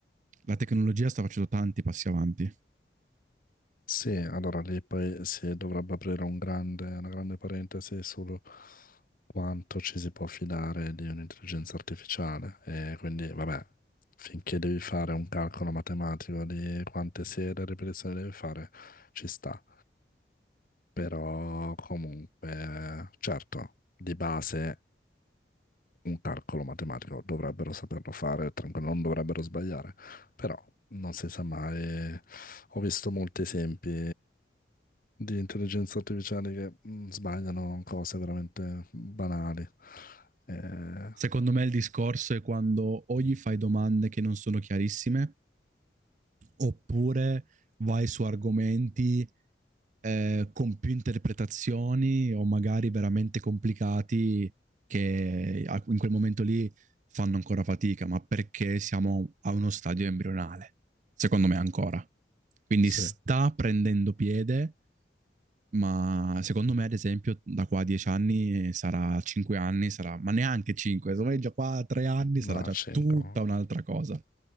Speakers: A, on the right; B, on the left.
A: la tecnologia sta facendo tanti passi avanti.
B: Sì, allora lì poi si dovrebbe aprire un grande- una grande parentesi su quanto ci si può fidare di un'intelligenza artificiale. E quindi, vabbè, finché devi fare un calcolo matematico di quante serie e ripetizioni devi fare, ci sta. Però comunque, certo, di base un calcolo matematico, dovrebbero saperlo fare, tranquillo, non dovrebbero sbagliare, però non si sa mai. Ho visto molti esempi di intelligenze artificiali che mm, sbagliano cose veramente banali. Eh,
A: Secondo me il discorso è quando o gli fai domande che non sono chiarissime, oppure vai su argomenti eh, con più interpretazioni o magari veramente complicati che a- in quel momento lì fanno ancora fatica, ma perché siamo a uno stadio embrionale, secondo me ancora. Quindi
B: sì,
A: sta prendendo piede, ma secondo me, ad esempio, da qua a 10 anni sarà 5 anni, sarà, ma neanche 5, secondo me già qua a 3 anni
B: no,
A: sarà già
B: 5,
A: tutta un'altra cosa.